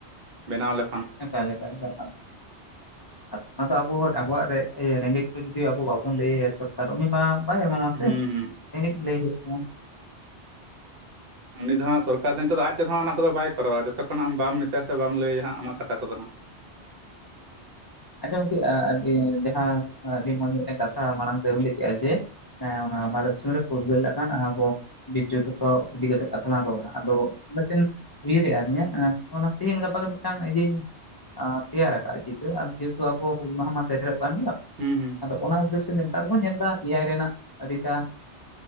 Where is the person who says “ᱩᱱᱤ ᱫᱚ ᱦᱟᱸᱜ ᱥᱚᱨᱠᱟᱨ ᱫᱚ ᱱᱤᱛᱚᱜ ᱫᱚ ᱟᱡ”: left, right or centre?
Right